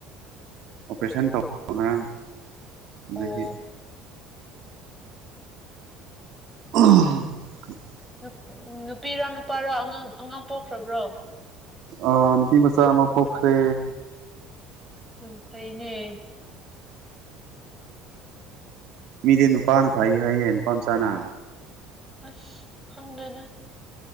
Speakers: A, on the right; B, in the centre.
A: ꯑꯣꯄꯔꯦꯁꯟ ꯇꯧꯕ ꯉꯔꯥꯡ ꯑꯗꯨꯒꯤ
B: ꯑꯣ
A: <unintelligible>
B: ꯅꯨꯞ ꯅꯨꯄꯤꯔꯥ ꯅꯨꯄꯥꯔꯥ ꯑꯉꯥꯡ ꯑꯉꯥꯡ ꯄꯣꯛꯈ꯭ꯔꯕ꯭ꯔꯣ
A: ꯑꯥ ꯅꯨꯄꯤ ꯃꯆꯥ ꯑꯃ ꯄꯣꯛꯈ꯭ꯔꯦ
B: ꯌꯥꯝ ꯐꯩꯅꯦ
A: ꯃꯤꯗꯤ ꯅꯨꯄꯥꯅ ꯐꯩ ꯍꯥꯏꯌꯦ ꯅꯨꯄꯥꯝꯆꯥꯅ
B: ꯑꯁ ꯈꯪꯗꯦꯗ